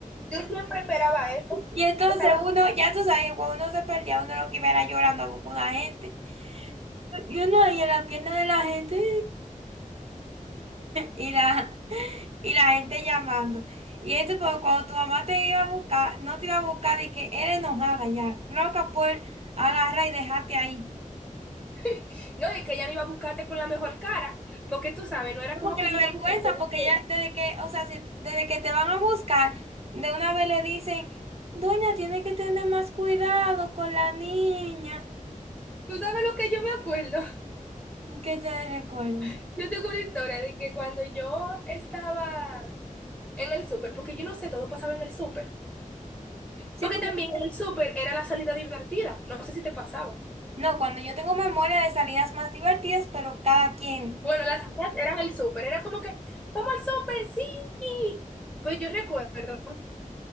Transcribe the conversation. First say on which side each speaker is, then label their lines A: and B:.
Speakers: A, in the centre; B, on the right.
A: Yo siempre esperaba eso.
B: Y entonces
A: O sea, yo-
B: uno, ya tú sabes, cuando uno se perdía, uno lo que iba era llorando a buscar una gente. Y uno ahí en la pierna de la gente. <laughs> Y la, y la gente llamando. Y esto, pues cuando tu mamá te iba a buscar, no te iba a buscar y que era enojada ya, loca por agarrar y dejarte ahí.
A: <laughs> no, y que ella no iba a buscarte con la mejor cara, porque tú sabes, no era
B: No,
A: como
B: Porque
A: que
B: la
A: ella
B: vergüenza,
A: iba a buscarte.
B: porque
A: de
B: ya desde que, o sea, si- desde que te van a buscar, de una vez le dicen, Doña, tiene que tener más cuidado con la niña.
A: Tú sabes lo que yo me acuerdo.
B: ¿Qué te recuerdo?
A: <laughs> Yo tengo una historia de que cuando yo estaba en el súper, porque yo no sé, todo pasaba en el súper.
B: Sí,
A: Porque
B: porque-
A: también en el súper era la salida divertida. No sé si te pasaba.
B: no, cuando yo tengo memoria de salidas más divertidas, pero cada quien.
A: Bueno, las mías eran el súper, era como que, vamos al súper, sí. Pues yo recuerdo,